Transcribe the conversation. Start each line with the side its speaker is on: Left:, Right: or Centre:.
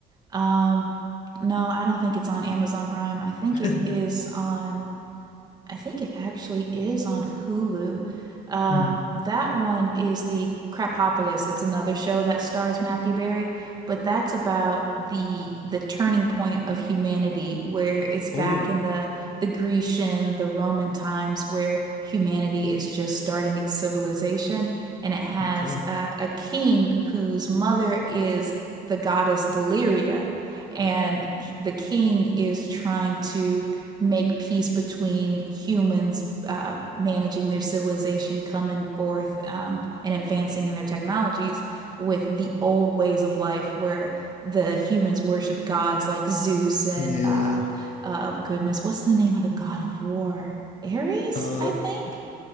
Right: Um, no, I don't think it's on Amazon Prime. I think
Left: <laughs>
Right: it is on I think it actually is on Hulu. Um,
Left: Mm.
Right: that one is the Crapopolis. It's another show that stars Matthew Berry, but that's about the the turning point of humanity, where it's back
Left: Oh,
Right: in the the Grecian, the Roman times, where humanity is just starting its civilization, and it has
Left: okay.
Right: uh, a king whose mother is the goddess Deliria, and the king is trying to make peace between humans uh, managing their civilization, coming forth um, and advancing in their technologies with the old ways of life where the humans worshiped gods like Zeus and,
Left: Yeah.
Right: uh, uh, goodness, what's the name of the god of war? Ares,
Left: Uh,
Right: I think.